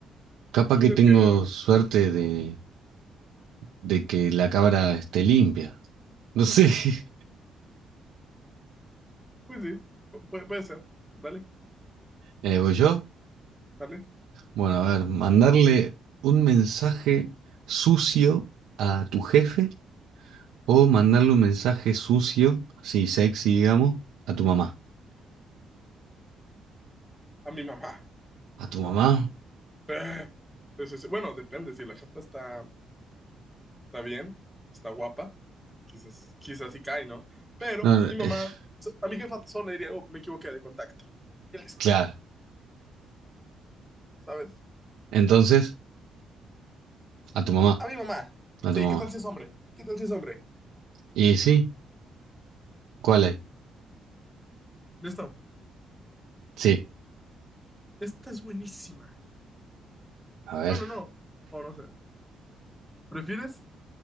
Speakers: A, on the right (about 85°); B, in the centre.
A: Capaz
B: creo
A: que tengo
B: que,
A: suerte de, de que la cámara esté limpia. No sé, <laughs>
B: pues sí, pu- puede, puede ser. Dale,
A: eh, ¿voy yo?
B: dale.
A: Bueno, a ver, mandarle un mensaje sucio a tu jefe o mandarle un mensaje sucio, así sexy, digamos, a tu mamá.
B: A mi mamá.
A: ¿A tu mamá?
B: <laughs> Sí, sí, sí. Bueno, depende. Si la jefa está, está bien, está guapa, quizás, quizás sí cae, ¿no? Pero
A: No, no,
B: mi mamá,
A: eh, <laughs>
B: so- a mi jefa solo le diría, oh, me equivoqué de contacto. Y listo,
A: claro.
B: ¿sabes?
A: Entonces, a tu mamá,
B: A mi mamá.
A: a
B: Sí,
A: tu mamá.
B: ¿qué tal si es hombre? ¿Qué tal si es hombre?
A: ¿Y sí? ¿Cuál hay?
B: Listo.
A: Sí,
B: Esta es buenísima.
A: a ver.
B: Bueno, no. O no sé. ¿Prefieres